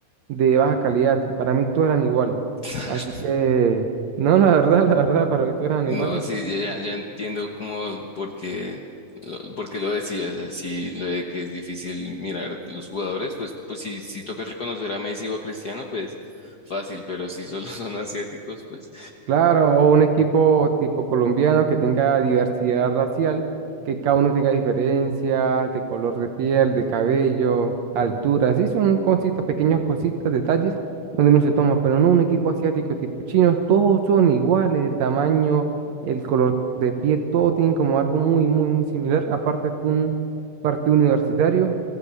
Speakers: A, on the right; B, on the left.
A: de baja calidad, para mí todos eran iguales,
B: <laughs>
A: así que no, la verdad, <laughs> la verdad, para mí todos eran
B: No,
A: iguales.
B: sí, ya, ya ya entiendo cómo, por qué lo, por qué lo decías, así lo de que es difícil mirar los jugadores, pues, pues si, si toca reconocer a Messi o a Cristiano, pues fácil, pero si solo <laughs> son asiáticos, pues
A: Claro, o un equipo tipo colombiano que tenga diversidad racial, que cada uno tenga diferencias de color de piel, de cabello, altura, sí, son cositas, pequeñas cositas, detalles donde no se toma, pero no un equipo asiático tipo chinos, todos son iguales, el tamaño, el color de piel, todo tienen como algo muy, muy, muy similar. Aparte fue un partido universitario